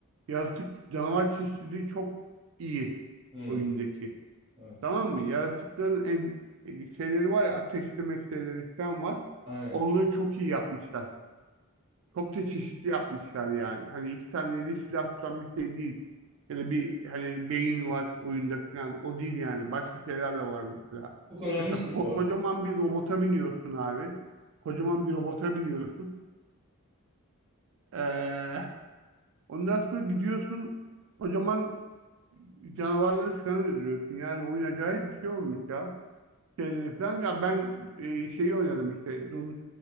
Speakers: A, on the right (about 60°); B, on the right (about 25°).
A: yaratık canavar çeşitliliği çok iyi
B: Hmm,
A: oyundaki.
B: evet.
A: Tamam mı? Yaratıkların en e, şeyleri var ya ateşleme şeyleri falan var.
B: Aynen.
A: Onları çok iyi yapmışlar. Çok da çeşitli yapmışlar yani. Hani iki tane eli silah tutan bir şey değil. Ya da bir hani beyin var oyunda falan. O değil yani. Başka şeyler de var mesela.
B: Çok önemlidir
A: Mesela ko-
B: bu arada.
A: kocaman bir robota biniyorsun abi. Kocaman bir robota biniyorsun. Ee, ondan sonra gidiyorsun. Kocaman canavarları falan öldürüyorsun. Yani oyun acayip bir şey olmuş ya. şeyleri falan. Ya ben e, şeyi oynadım işte Doom,